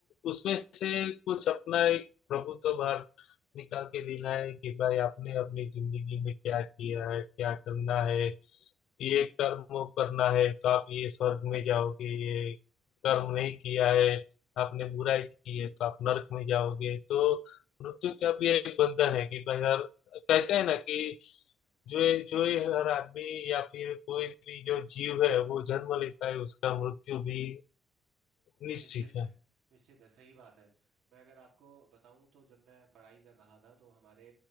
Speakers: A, on the left; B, on the right.
A: उसमें से कुछ अपना एक प्रभुत्व बाहर निकाल के देना है कि भाई आपने अपनी जिंदगी में क्या किया है क्या करना है ये कर्म करना है तो आप ये स्वर्ग में जाओगे ये कर्म नहीं किया है आपने बुराई की है तो आप नरक में जाओगे तो मृत्यु का भी एक बंधन है कि भाई हर कहते हैं ना कि जो ये- जो ये हर आदमी या फिर कोई भी जो जीव है वो जन्म लेता है उसका मृत्यु भी निश्चित
B: निश्चित
A: है
B: है निश्चित है सही बात है मैं अगर आपको बताऊं तो जब मैं पढ़ाई कर रहा था तो हमारे